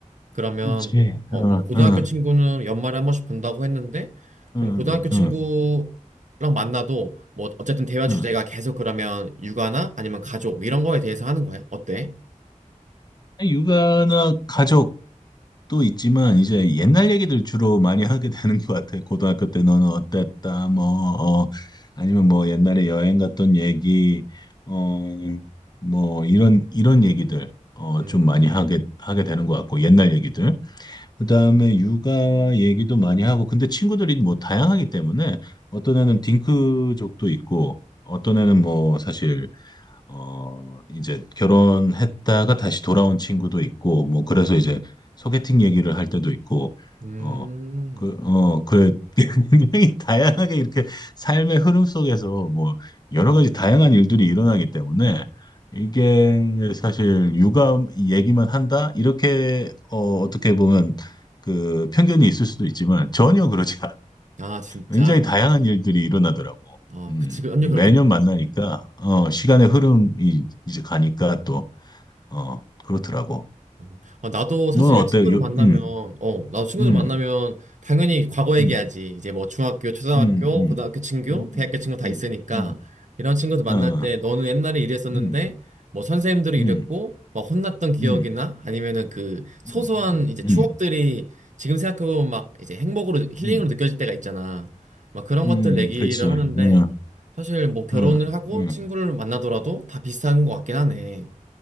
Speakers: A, on the right; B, on the left.
A: 그러면
B: 그렇지.
A: 어,
B: 어,
A: 뭐 고등학교
B: 어,
A: 친구는 연말에 한 번씩 본다고 했는데 그럼
B: 어, 어,
A: 고등학교 친구랑
B: 어,
A: 만나도 뭐 어쨌든 대화
B: 어.
A: 주제가 계속 그러면 육아나 아니면 가족 이런 거에 대해서 하는 거야? 어때?
B: 육아나 가족도 있지만 이제 옛날 얘기들 주로 많이 하게 되는 것 같아. 고등학교 때 너는 어땠다, 뭐, 어, 아니면 뭐 옛날에 여행 갔던 얘기, 어, 뭐 이런 이런 얘기들 어,
A: 음.
B: 좀 많이 하게 하게 되는 것 같고 옛날 얘기들. 그다음에 육아 얘기도 많이 하고 근데 친구들이 뭐 다양하기 때문에 어떤 애는 딩크족도 있고 어떤 애는 뭐 사실 어, 이제 결혼했다가 다시 돌아온 친구도 있고, 뭐, 그래서 이제 소개팅 얘기를 할 때도 있고,
A: 음.
B: 어, 그, 어, 그래, <laughs> 굉장히 다양하게 이렇게 삶의 흐름 속에서 뭐, 여러 가지 다양한 일들이 일어나기 때문에, 이게 사실 육아 얘기만 한다? 이렇게, 어, 어떻게 보면 그 편견이 있을 수도 있지만, 전혀 그렇지
A: 아, 진짜.
B: 굉장히 다양한 일들이 일어나더라고.
A: 어,
B: 음,
A: 그치. 그 완전
B: 이
A: 그렇게
B: 매년
A: 돼.
B: 만나니까, 어, 시간의 흐름이 이제 가니까 또, 어, 그렇더라고.
A: 음. 어, 나도 사실
B: 넌 어때?
A: 친구들
B: 요,
A: 만나면,
B: 음,
A: 어, 나도 친구들
B: 음,
A: 만나면 당연히 과거 얘기하지.
B: 음,
A: 이제 뭐 중학교, 초등학교,
B: 음, 음,
A: 고등학교 친구,
B: 음,
A: 대학교 친구 다
B: 음,
A: 있으니까
B: 음,
A: 이런 친구들 만날
B: 어, 어,
A: 때 너는 옛날에 이랬었는데
B: 음,
A: 뭐 선생님들이
B: 음,
A: 이랬고 막 혼났던 기억이나
B: 음,
A: 아니면은 그 소소한
B: 음, 음,
A: 이제 추억들이
B: 음,
A: 지금 생각해보면 막 이제 행복으로 힐링으로
B: 음, 음,
A: 느껴질 때가 있잖아. 막 그런
B: 음,
A: 것들 얘기를
B: 그렇지.
A: 하는데
B: 응,
A: 사실 뭐 결혼을
B: 응,
A: 하고
B: 응.
A: 친구를 만나더라도 다 비슷한 것 같긴 하네.